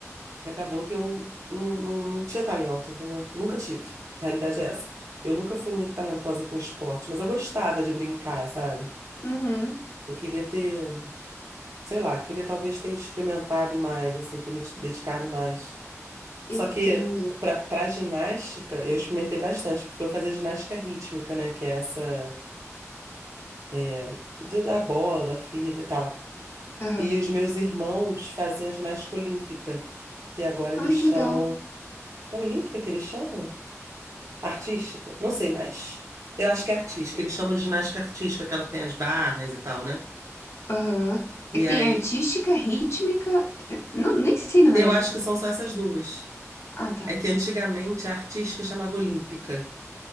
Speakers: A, on the right (about 75°); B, on the left (about 60°).
A: Acabou que eu não, não, não tinha talento, entendeu? Nunca tive. A realidade é essa. Eu nunca fui muito talentosa com esporte, mas eu gostava de brincar, sabe?
B: Uhum.
A: Eu queria ter, sei lá, queria talvez ter experimentado mais, assim, ter me dedicado mais. Só
B: Entendo.
A: que pra, pra ginástica, eu experimentei bastante, porque eu fazia ginástica rítmica, né? Que é essa é, de- da bola, da fita e tal.
B: Aham.
A: E os meus irmãos faziam ginástica olímpica, que agora eles
B: Ai,
A: chamam.
B: que legal.
A: É olímpica que eles chamam? Artística? Não sei mais. Eu acho que é artística. Eles chamam de ginástica artística, aquela que tem as barras e tal, né?
B: Aham.
A: E
B: É que
A: aí,
B: tem artística, rítmica. é, Não, nem sei, na verdade.
A: eu acho que são só essas duas.
B: Ah, tá.
A: É que antigamente a artística chamava olímpica.